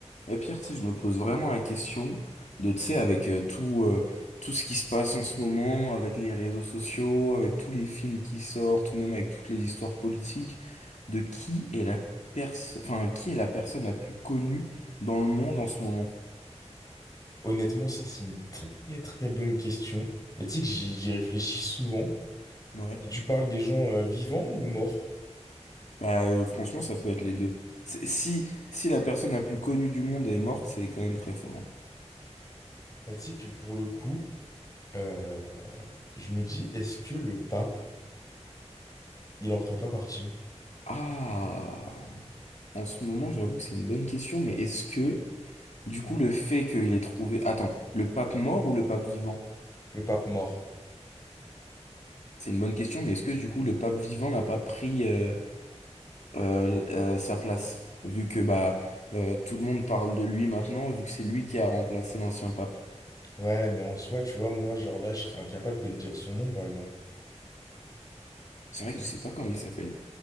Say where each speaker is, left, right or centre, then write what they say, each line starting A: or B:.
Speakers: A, on the left (about 85°); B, on the left (about 30°).
A: Et Pierre, tu sais, je me pose vraiment la question de, tu sais, avec euh, tout, euh, tout ce qui se passe en ce moment, avec les réseaux sociaux, avec tous les films qui sortent, ou même avec toutes les histoires politiques, de qui est la personne, enfin, qui est la personne la plus connue dans le monde en ce moment?
B: Honnêtement, ça, c'est une très très bonne question. Mais tu sais que j'y j'y réfléchis souvent.
A: Ouais.
B: Et tu parles des gens euh, vivants ou morts?
A: Bah, euh, franchement, ça peut être les deux. C'est- Si, si la personne la plus connue du monde est morte, c'est quand même très fort. hein.
B: Bah, tu sais que pour le coup, euh, je me dis, est-ce que le pape, il en ferait pas partie?
A: Ah, en ce moment, j'avoue que c'est une bonne question, mais est-ce que Du coup, le fait qu'il ait trouvé... Attends, le pape mort ou le pape vivant?
B: Le pape mort.
A: C'est une bonne question, mais est-ce que du coup le pape vivant n'a pas pris euh, euh, euh, sa place? Vu que bah euh, tout le monde parle de lui maintenant, vu que c'est lui qui a remplacé l'ancien pape.
B: Ouais, mais en soi, tu vois, moi, genre là, je serais incapable de te dire son nom, par exemple.
A: C'est vrai que je sais pas comment il s'appelle.